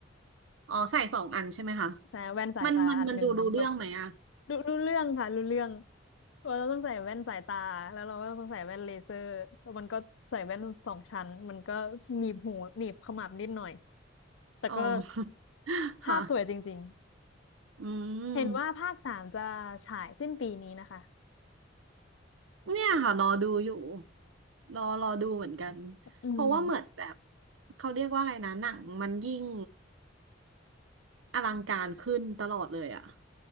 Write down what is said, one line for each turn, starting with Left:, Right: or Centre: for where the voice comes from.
Right: อ๋อใส่สองอันใช่ไหมคะ
Left: แต่แว่นสายตาอันหนึ่งเรา
Right: มันมันมันดูรู้เรื่องไหมอะ
Left: ดูรู้เรื่องค่ะรู้เรื่องว่าเราต้องใส่แว่นสายตาแล้วเราก็ต้องใส่แว่นเลเซอร์แล้วมันก็ใส่แว่นสองชั้นมันก็หนีบหูหนีบขมับนิดหน่อยแต่ก็
Right: อ๋อ <laughs>
Left: ภาพสวยจริง
Right: ค่ะอืม
Left: ๆเห็นว่าภาคสามจะฉายสิ้นปีนี้นะคะ
Right: เนี่ยค่ะรอดูอยู่รอรอดูเหมือนกัน
Left: อืม
Right: เพราะว่าเหมือนแบบเขาเรียกว่าอะไรนะหนังมันยิ่ง อลังการขึ้นตลอดเลยอะ